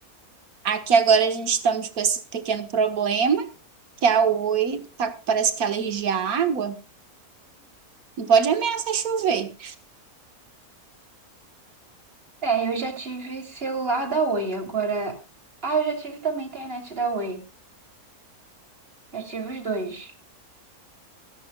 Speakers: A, on the right (about 70°); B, on the right (about 40°).
A: Aqui agora a gente estamos com esse pequeno problema, que a Oi tá, parece que é alergia à água. Não pode ameaçar chover.
B: É, eu já tive celular da Oi, agora. Ah, eu já tive também internet da Oi. Já tive os dois.